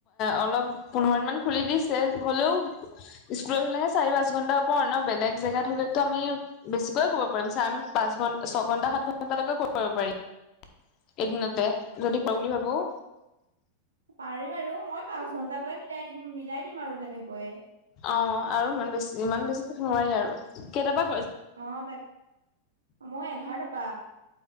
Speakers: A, on the left; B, on the right.
A: অলপ পোন্ধৰ দিন মান খুলি দিছে। হলেও স্কুলত হ'লেহে চাৰি পাঁচ ঘন্টা ওপৰ ন' বেলেগ জেগাত হ'লেতো আমি বেছিকয়ে ক'ব ছ আমি পাঁচ ঘটা, ছঘন্টা, সাত ঘণ্টালৈকে কৰিব কৰিব পাৰিম। এদিনতে যদি কৰোঁ বুলি ভাবোঁ।
B: পাৰে বাৰু, মই পাঁচ ঘন্টাকৈয়ে মিলাই দিম মিলাই দিম আৰু তেনেকৈয়ে।
A: অ' আৰু ইমান বেছি ইমান বেছি নোৱাৰি আৰু কেইটাপা
B: অ' তাক, মই এঘাৰটাপা।